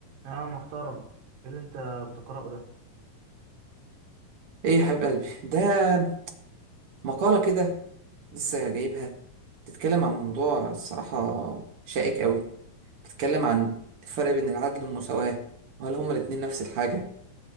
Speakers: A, on the right; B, on the right.
A: يا محترم ايه اللي انت بتقرأه ده
B: ايه يا حبيب قلبي ده مقالة كده لسه جايبها بتتكلم عن موضوع الصراحة شائك قوي بتتكلم عن الفرق بين العدل والمساواة وهل هما الاتنين نفس الحاجة